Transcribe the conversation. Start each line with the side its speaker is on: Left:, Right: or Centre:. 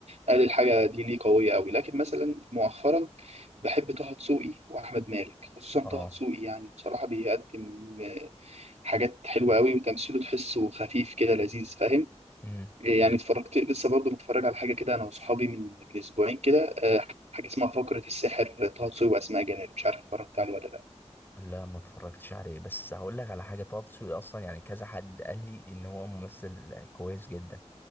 Right: قال الحاجه دي ليه قويه قوي لكن مثلا مؤخرا بحب طه دسوقي واحمد مالك خصوصا
Left: اه
Right: طه دسوقي يعني بصراحه بيقدم آه، حاجات حلوه قوي وتمثيله تحسه خفيف كده لذيذ فاهم
Left: امم
Right: يعني اتفرجت لسه برضه متفرج على حاجه كده انا واصحابي من من اسبوعين كده آه، حاجه اسمها فقره السحر طه دسوقي واسماء جلال مش عارف اتفرجت عليه ولا
Left: لا ما اتفرجتش عليه بس هقول لك على حاجة طه دسوقي أصلا يعني كذا حد قال لي إن هو ممثل كويس جدا